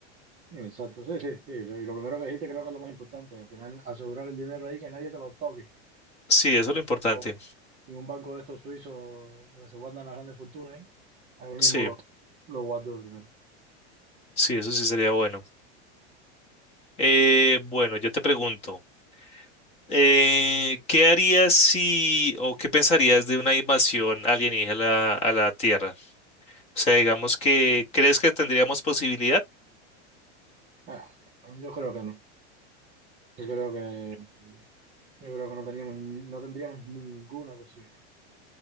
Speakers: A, on the right (about 20°); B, on the left (about 20°).
A: Exacto, sí, sí, sí. Lo- Y lo primero que dijiste creo que es lo más importante. Al final, asegurar el dinero ahí, que nadie te lo toque.
B: Sí,
A: Ningún
B: eso es lo importante.
A: banco, ningún banco de estos suizos donde se guardan las grandes fortunas, ¿eh? Ahí mismo
B: Sí,
A: lo, lo guardo de primero.
B: sí, eso sí sería bueno. Eh, bueno, yo te pregunto, eh, ¿qué harías si o qué pensarías de una invasión alienígena a la, a la Tierra? O sea, digamos que, ¿crees que tendríamos posibilidad?
A: Ah, yo creo que no. Yo creo que, yo creo que no teníamos, no tendríamos ninguna posibilidad.